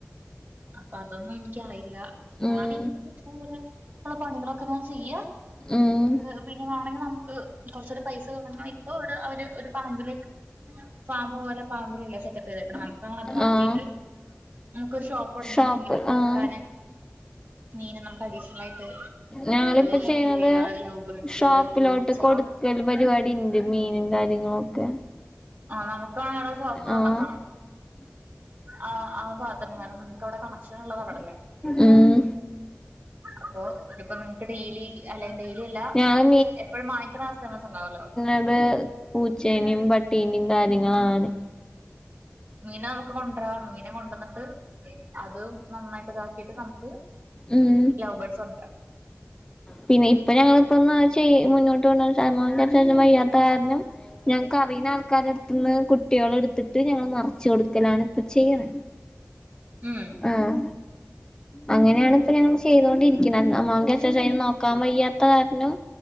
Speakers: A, on the right; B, on the left.
A: അപ്പൊ അതൊന്നും എനിക്കറിയില്ല ഞാൻ
B: ഉം
A: എനിക്ക് കിട്ടണ പോലെ ഉള്ള പണികളൊക്കെ ഞാൻ ചെയ്യാ
B: ഉം
A: പിന്നെ വേണെങ്കി നമുക്ക് കുറച്ചൂടി പൈസ തുടങ്ങ ഇപ്പൊ ഇവിടെ അവര് ഒരു പറമ്പില് ഫാമ് പോലെ ഫാമിലല്ലെ സെറ്റപ്പ് ചെയ്തേക്കണേ നമുക്ക് അത് മാറ്റീട്ട്
B: ആഹ്
A: നമുക്കൊരു ഷോപ്പ് തുടങ്ങി
B: ഷോപ്പ്
A: മീനൊക്കെ
B: ആഹ്
A: വെക്കാന് മീന് നമുക്ക് അഡീഷണൽ ആയിട്ട്
B: ഞങ്ങളിപ്പൊ
A: ഈ
B: ചെയ്യുന്നത്
A: കിളികള് ലവ് ബേർഡ്സ്
B: ഷോപ്പിലോട്ട്
A: പൂച്ച
B: കൊടുക്കൽ പരിപാടി ഉ ണ്ട് മീനും കാര്യങ്ങളും ഒക്കെ
A: ആഹ് നമുക്കാണേ അവടെ ഷോപ്പ് തുടങ്ങാം
B: ആഹ്
A: ആഹ് ആഹ് ഭാഗത്തന്നെ കാരണം നിനക്ക് അവിടെ കണക്ഷൻ ഉള്ളത് അവിടല്ലേ
B: ഉം
A: അപ്പൊ ഇപ്പോ നിങ്ങക്ക് ഡെയിലി അല്ലെങ്കിൽ ഡെയിലി അല്ല
B: ഞങ്ങള്
A: എപ്പോഴും വാങ്ങിക്കുന്ന കസ്റ്റമേഴസ് ഉണ്ടാവല്ലോ
B: അത് പൂച്ചേനേം പട്ടീനേം കാര്യങ്ങളാണ്
A: മീന് നമുക്ക് കൊണ്ടരാം മീനെ കൊണ്ടുവന്നിട്ട് അത് നന്നായിട്ട് ഇതാക്കിട്ട് നമുക്ക്
B: ഉം
A: ലവ് ബേഡ്സ് കൊണ്ടരാം
B: പിന്നെ ഇപ്പൊ ഞങ്ങളിപ്പൊ എന്ന് വെച്ചാൽ മുന്നോട്ട് കൊണ്ടുപോണേന്ന് വെച്ചാ അമ്മായുംചാച്ചായ്ക്കും വയ്യാ ത്ത കാരണം ഞങ്ങൾക്കറിയുന്ന ആൾക്കാരെടു കുട്ടികളെ എടുത്തിട്ട് ഞങ്ങള് മറിച്ച് കൊടുക്കലാണ് ഇപ്പൊ ചെയ്യണെ
A: ഉം
B: ആഹ് അങ്ങനെയാണ് ഇപ്പൊ ഞങ്ങൾ ചെയ്തോണ്ടിരിക്കുന്നത് അമ്മാക്ക്ചാച്ചാക്ക് നോക്കാൻ വയ്യാ ത്ത കാരണം